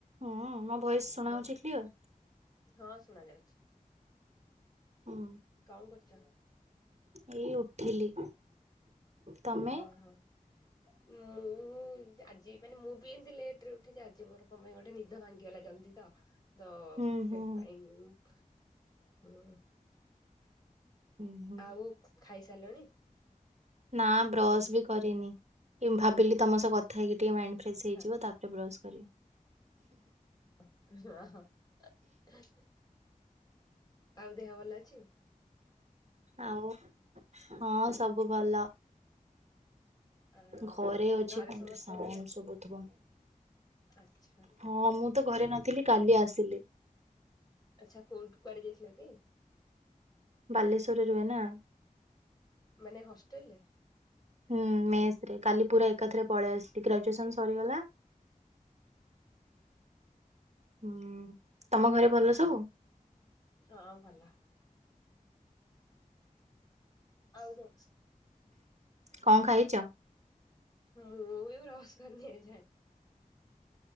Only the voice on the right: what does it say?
ହଁ ମୋ ଭୟେସ ଶୁଣା
ହଉଛି କ୍ଲିଅର?
ହୁଁ
ଏଇ ଉଠିଲି ତମେ
ହୁଁ
ହୁଁ
ହୁଁ ହୁଁ।
ନା ବ୍ରଶ୍ ବି କରିନି ଏ ଭାବିଲି ତମ ସହ କଥା ହେଇ ଟିକେ ମାଇଣ୍ଡ ଫ୍ରେଶସ୍ ହେଇଯ
ତାପରେ ବ୍ରସ୍ <inaudible>
ଆଉ ହଁ ସବୁ ଭଲ।
ଘରେ ଅଛି
କଣ
ସାଉଣ୍ଡ
ସବୁ ଥୁବ।
ହଁ ମୁଁ ତ ଘରେ ନ ଥିଲି କାଲି ଆସିଲି
ବାଲେଶ୍ଵରରେ ରୁହେ ନା
ହୁଁ ମେସ୍ ରେ କାଲି ପୁରା ଏକାଥରେ ପଳି ଆସିଲି ଗ୍ରାଜୁଏସନ୍ ସରିଗଲା। ହୁଁ ତମ ଘରେ ଭଲ ତୋ
କଁ ଖାଇଚ?